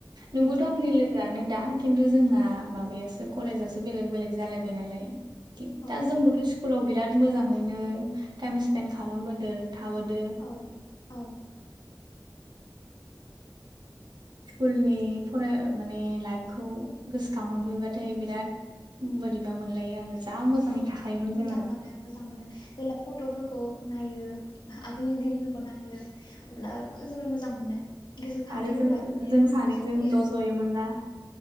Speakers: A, on the right; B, on the left.
A: नोंबोथ'
B: उम
A: आंनि लो नो दा खिन्थु जोंना माबायासो कलेजावसो बेलेग बेलेग जालायबाय नालाय
B: औ
A: दा जोंबोथ' स्कुलाव बिदि बिराद मोजाङैनो टाइम स्पेन्ड खालामबोदों थाबोदो
B: औ औ
A: स्कुलनि फराय माने लाइफखौ गोसोखांहरफिनबाथाय बिराद बोरैबा मोनलायो आङो जा मोजाङै
B: औ
A: थाखायोमोन जोङो
B: मोजां मोनो मोजां मोनो जेब्ला फट'फोरखौ नायो आगोलनि दिनफोरखौ नायो अब्ला जोबोर मोजां मोनो गोसोखांथिफोरा
A: आरो जों
B: माने
A: जों सानैजों
B: गोसोआव फैयो
A: ज' ज'योमोन ना